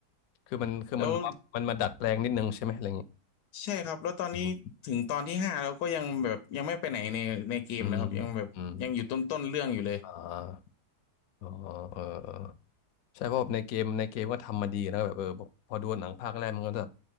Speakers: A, on the left; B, on the left.
A: คือมันคือมันแบบว่ามันมาดัดแปลงนิดนึงใช่ไหมอะไรอย่างเงี้ย
B: แล้วใช่ครับแล้วตอนนี้ถึงตอนที่ห้าแล้วก็ยังแบบยังไม่ไปไหนในในเกมเลยครับยังแบบยังอยู่ต้นต้นเรื่องอยู่เลย
A: อืมอืมอืมอ่าอ๋อเออเออ ใช่เพราะแบบในเกมในเกมก็ทำมาดีแล้วก็แบบเออพอพอดูหนังภาคแรกมันก็แบบ